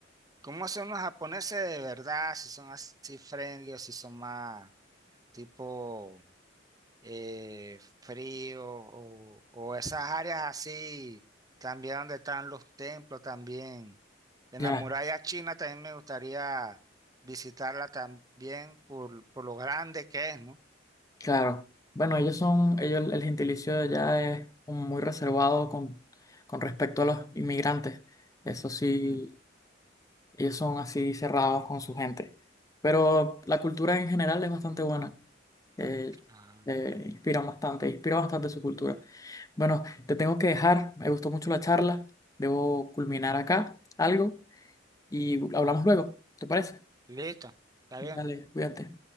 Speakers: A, on the right (about 20°); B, on the left (about 20°).
A: cómo son los japoneses de verdad, si son así friendly o si son más tipo eh, frío o, o esas áreas así, también donde están los templos también. En
B: ya,
A: la muralla china también me gustaría visitarla también por, por lo grande que es, ¿no?
B: claro. Bueno, ellos son, ellos, el gentilicio de allá es como muy reservado con, con respecto a los inmigrantes. Eso sí,
A: Ujú.
B: ellos son así cerrados con su gente. Pero la cultura en general es bastante buena. Eh,
A: Ah,
B: eh, inspiran bastante, inspira bastante su cultura. Bueno, te tengo que dejar. Me gustó mucho la charla. Debo culminar acá algo y hablamos luego. ¿Te parece?
A: listo, está
B: Dale,
A: bien.
B: cuídate.